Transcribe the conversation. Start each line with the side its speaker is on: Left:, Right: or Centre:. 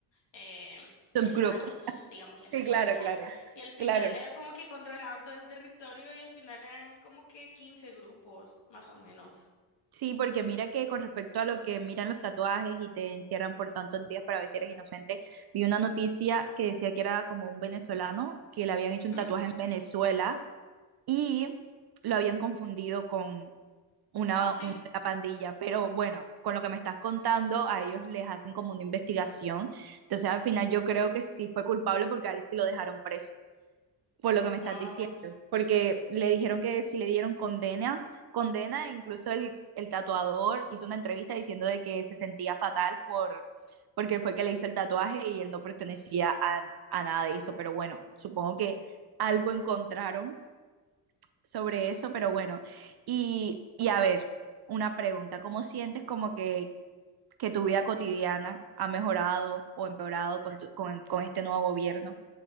Left: eh, derivados,
Right: Subgrupos.
Left: digámosle así,
Right: Sí, claro,
Left: ajá.
Right: claro.
Left: Y al final
Right: Claro.
Left: era como que controlaban todo el territorio y al final eran como que 15 grupos, más o menos.
Right: Sí, porque mira que con respecto a lo que miran los tatuajes y te encierran por tantos días para ver si eres inocente, vi una noticia que decía que era como un venezolano que le habían hecho un
Left: ¿Mm?
Right: tatuaje en Venezuela y lo habían confundido con una,
Left: Ah, sí.
Right: una pandilla. Pero bueno, con lo que me estás contando, a ellos les hacen como una investigación. Entonces al final yo creo que sí fue culpable porque a él sí lo dejaron preso por lo que me estás
Left: Ah.
Right: diciendo, porque le dijeron que si le dieron condena, condena, e incluso el, el tatuador hizo una entrevista diciendo de que se sentía fatal por porque fue el que le hizo el tatuaje y él no pertenecía a, a nada de eso, pero bueno, supongo que algo encontraron sobre eso, pero bueno, y, y a ver, una pregunta, ¿cómo sientes como que, que tu vida cotidiana ha mejorado o empeorado con, tu- con, con este nuevo gobierno?